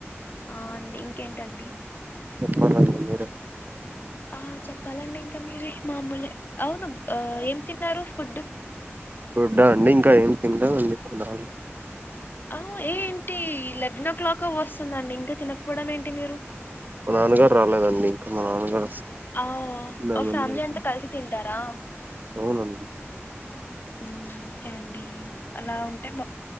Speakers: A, on the left; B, on the right.
A: ఆ ఇంకేంటండి
B: అవునండి మీరు
A: ఆ చెప్పాలండి ఇంకా మీరే మామూలే అవును ఆ ఏం తిన్నారు ఫుడ్
B: గుడ్డా అండి ఇంకా ఏం తిన్లే అన్ని తినాలి.
A: ఆ ఏంటి లెవెన్ ఓ క్లాక్ వస్తుందండి ఇంకా తినకపోవడం ఏంటి మీరు
B: మా నాన్నగారు రాలేదండి ఇంకా మా నాన్నగారు
A: ఆవ్
B: ఉందామని
A: ఫ్యామిలీ
B: వెయిటింగ్
A: అంతా కలిసి తింటారా
B: అవునండి
A: ఉ ఓకే అండి అలా ఉంటే బా